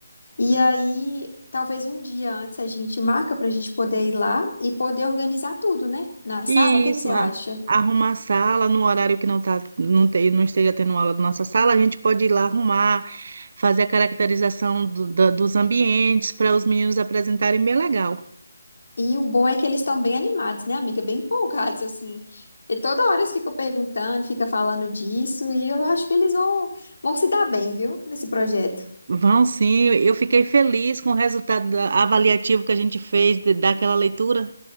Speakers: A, on the left; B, on the right.
A: E aí, talvez um dia antes a gente marca pra gente poder ir lá e poder organizar tudo, né? Na sala,
B: Isso,
A: o que que você acha?
B: a- arrumar a sala no horário que não tá, não te- não esteja tendo aula da nossa sala, a gente pode ir lá arrumar, fazer a caracterização do- da- dos ambientes para os meninos apresentarem bem legal.
A: E o bom é que eles estão bem animados, né, amiga? Bem empolgados, assim. E toda hora eles ficam perguntando, ficam falando disso, e eu acho que eles vão, vão se dar bem, viu? Nesse projeto.
B: Vão sim, eu fiquei feliz com o resultado da- avaliativo que a gente fez de- daquela leitura.